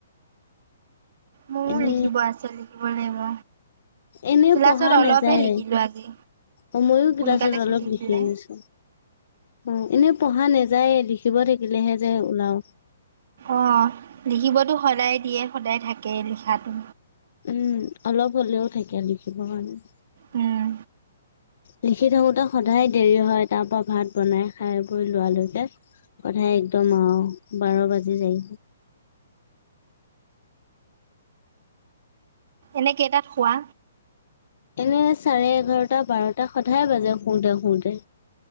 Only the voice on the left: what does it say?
এনে
এনে
পঢ়া
নাযায়,
অ', মইও
ক্লাছত অলপ
লিখি
আনিছো। অ', এনেই পঢ়া নেযায়, লিখিব থাকিলেহে যে ওলাও।
উম, অলপ হ'লেও থাকে লিখিব কাৰনে।
লিখি থাকোতে সদায় দেৰি হয়, তাৰ পৰা ভাত বনাই খাই বৈ লোৱালৈকে। সদাই একদম আৰু বাৰ বাজি যাই।
এনে চাৰে এঘাৰটা বাৰটা সদায় বাজে শুওঁতে শুওঁতে।